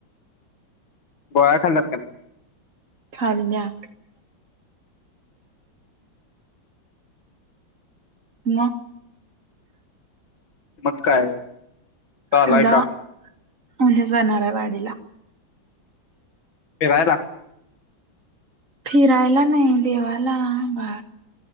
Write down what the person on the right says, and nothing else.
खालल्यात. मग?
उद्या
<inaudible> उद्या जाणार आहे वाडीला.
फिरायला नाही देवाला बा